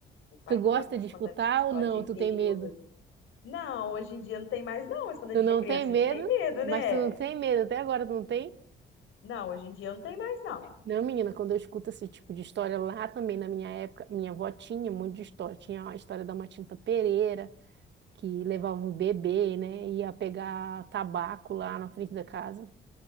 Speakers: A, on the left; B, on the right.
A: Meu pai
B: Tu
A: que
B: gosta
A: gosta
B: de
A: de contar
B: escutar
A: essas histórias
B: ou não?
A: de interior.
B: Tu tem medo?
A: Não, hoje em dia não tem mais, não. Mas quando a
B: Tu
A: gente
B: não
A: é criança,
B: tem medo,
A: a gente tem medo,
B: mas
A: né?
B: tu não tem medo. Até agora tu não tem?
A: Não, hoje em dia não tem mais, não.
B: Não, menina, quando eu escuto esse tipo de história lá também, na minha época, minha avó tinha um monte de história. Tinha a história da Matinta Pereira, que levava o bebê, né? Ia pegar tabaco lá na frente da casa.